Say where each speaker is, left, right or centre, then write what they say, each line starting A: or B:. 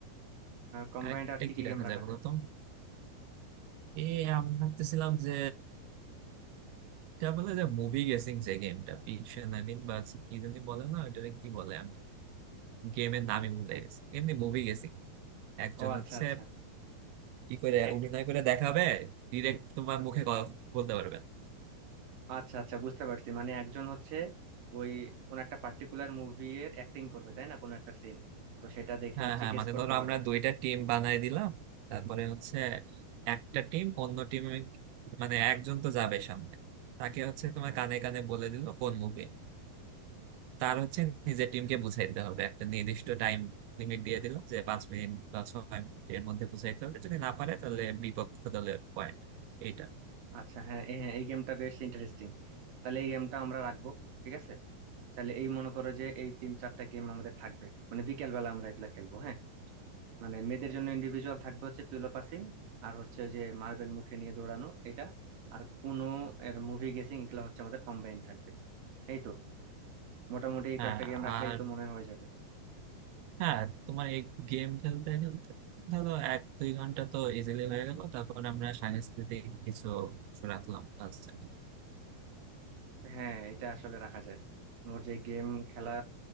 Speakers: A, on the right (about 60°); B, on the right (about 75°).
A: কম্বাইন্ড
B: আরেকটা
A: আর কি
B: কি
A: কি গেম
B: রাখা
A: রাখা
B: যায় বলো
A: যায়
B: তো এই আমি ভাবতেছিলাম যে এটা বলে যে মুভি গেসিং যে গেমটা পিকশন আই মিন বা কি জানি বলে না ওটারে কি বলে আমি গেমের নামই ভুলে গেছি এমনি মুভি গেসিং একজন
A: ও আচ্ছা
B: হচ্ছে
A: আচ্ছা
B: কি করে
A: এক-
B: অভিনয় করে দেখাবে ডিরেক্ট তোমার মুখে ক- বলতে পারবে না।
A: আচ্ছা আচ্ছা বুঝতে পারছি মানে একজন হচ্ছে ওই কোন একটা পার্টিকুলার মুভি এর অ্যাক্টিং করবে তাই না কোন একটা সিন তো সেটা দেখে
B: হ্যাঁ
A: হচ্ছে
B: হ্যাঁ
A: গেস
B: মানে
A: করতে
B: ধরো
A: হবে
B: আমরা দুইটা টিম বানাই দিলাম তারপরে হচ্ছে একটা টিম অন্য টিম মানে একজন তো যাবে সামনে তাকে হচ্ছে তোমার
A: হ্যাঁ
B: কানে কানে বলে দিল কোন মুভি তার হচ্ছে নিজের টিমকে বুঝাইতে হবে একটা নির্দিষ্ট টাইম লিমিট দিয়ে দিল যে পাঁচ মিনিট বা ছয় মিনিট এর মধ্যে বুঝাইতে হবে যদি না পারে তাহলে বিপক্ষ দলের পয়েন্ট এইটা
A: আচ্ছা হ্যাঁ এই- হ্যাঁ এই গেমটা বেশ ইন্টারেস্টিং তাহলে এই গেমটা আমরা রাখবো ঠিক আছে তাহলে এই মনে করো যে এই তিন চারটা গেম আমাদের থাকবে মানে বিকেল বেলা আমরা এগুলা খেলবো হ্যাঁ মানে মেয়েদের জন্য ইন্ডিভিজুয়াল থাকবে হচ্ছে পিলো পাসিং আর হচ্ছে ওই যে মার্বেল মুখে নিয়ে দৌড়ানো এটা আর উনো এর মুভি গেসিং এগুলো হচ্ছে আমাদের কম্বাইন থাকবে এই তো মোটামুটি এই
B: হ্যাঁ
A: কয়েকটা গেম রাখলেই
B: আর
A: তো মনে হয় হয়ে যাবে
B: হ্যাঁ তোমার এই গেম খেলতে খেলতে ধরো এক দুই ঘন্টা তো ইজিলি হয়ে গেল তারপর আমরা সাংস্কৃতিক কিছু অংশ রাখলাম ক্লাসে
A: হ্যাঁ এটা আসলে রাখা যায় ওর যে গেম খেলা